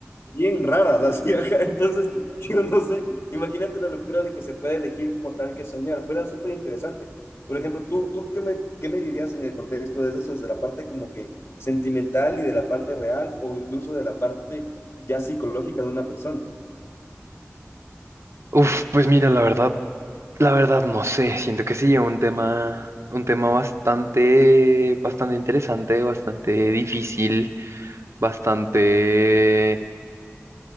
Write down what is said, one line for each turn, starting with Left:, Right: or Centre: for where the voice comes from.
Left: bien raras <laughs> así acá, entonces yo no sé, imagínate la locura de que se puede elegir como tal que soñar, fuera súper interesante. Por ejemplo, ¿tú, tú qué, me, qué me dirías en el contexto de eso, desde la parte como que sentimental y de la parte real o incluso de la parte ya psicológica de una persona?
Right: Uf, pues mira, la verdad, la verdad no sé, siento que sería un tema, un tema bastante, bastante interesante, bastante difícil, bastante...